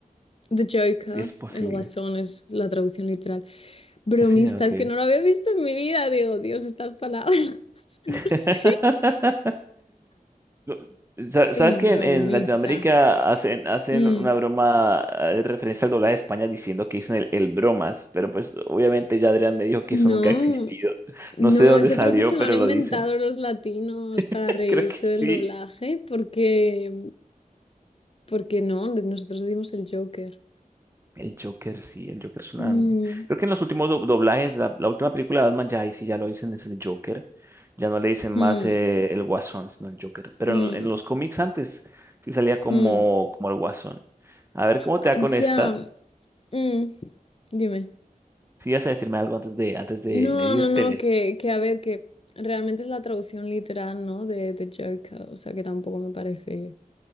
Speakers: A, on the left; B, on the right.
A: The Joker,
B: Es posible.
A: el Guasón es la traducción literal. Bromista,
B: Sí, ok.
A: es que no lo había visto en mi vida. Digo, Dios, estas palabras, <laughs> no
B: <laughs>
A: sé.
B: No, sa-
A: El
B: ¿Sabes que
A: bromista.
B: en, en Latinoamérica hacen, hacen
A: Mm,
B: una broma eh, de referencia al doblaje de España diciendo que dicen el, el bromas? Pero pues obviamente ya Adrián me dijo que
A: No,
B: eso nunca ha existido.
A: no,
B: No sé de dónde
A: eso
B: salió,
A: creo que se lo
B: pero
A: han inventado
B: lo dicen.
A: los latinos para
B: <laughs>
A: reírse
B: Creo que sí.
A: del doblaje, porque, porque no, nosotros decimos el Joker.
B: El Joker, sí, el Joker es una...
A: Mm,
B: Creo que en los últimos do- doblajes, la, la última película de Batman, ya ahí sí ya lo dicen, es el Joker. Ya no le dicen más
A: mm,
B: eh, el Guasón, sino el Joker. Pero
A: mm,
B: en, lo- en los cómics antes sí salía como,
A: mm.
B: como el Guasón. A ver cómo
A: Ah,
B: te va con esta.
A: Ya, mm, Dime.
B: Si vas a decirme algo antes de, antes de
A: No,
B: medírtele
A: no, no, que, que a ver, que realmente es la traducción literal, ¿no? De, de Joker, o sea que tampoco me parece